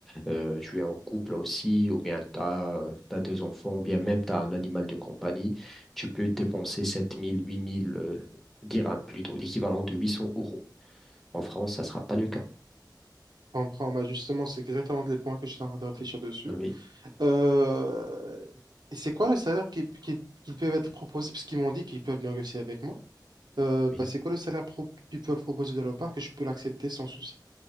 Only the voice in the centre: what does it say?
euh, tu es en couple aussi, ou bien tu as, des enfants, ou bien même tu as un animal de compagnie, tu peux dépenser sept mille, huit mille euh, dirhams plutôt, l'équivalent de 800 euros. En France, ça ne sera pas le cas.
Ah Oui.
Oui.